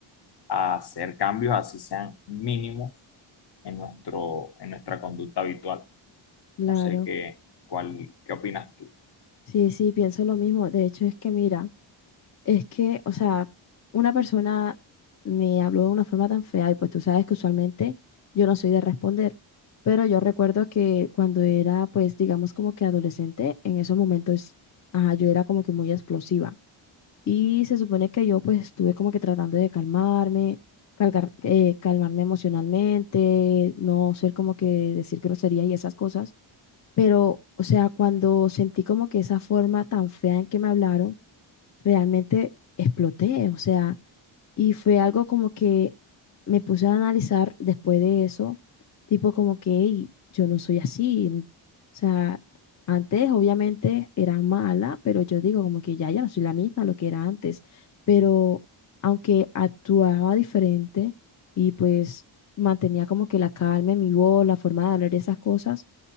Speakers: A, on the left; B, on the left.
A: a hacer cambios, así sean mínimos, en nuestro, en nuestra conducta habitual.
B: claro.
A: No sé qué, cuál, qué opinas tú.
B: Sí, sí, pienso lo mismo. De hecho, es que mira, es que, o sea, una persona me habló de una forma tan fea y pues tú sabes que usualmente yo no soy de responder, pero yo recuerdo que cuando era, pues, digamos como que adolescente, en esos momentos, ajá, yo era como que muy explosiva. Y se supone que yo pues estuve como que tratando de calmarme, calgar- eh, calmarme emocionalmente, no ser como que decir groserías y esas cosas. Pero, o sea, cuando sentí como que esa forma tan fea en que me hablaron, realmente exploté, o sea, y fue algo como que me puse a analizar después de eso, tipo como que "Ey, yo no soy así, n- o sea, antes obviamente era mala, pero yo digo como que ya, ya no soy la misma lo que era antes, pero aunque actuaba diferente y pues mantenía como que la calma en mi voz, la forma de hablar, esas cosas,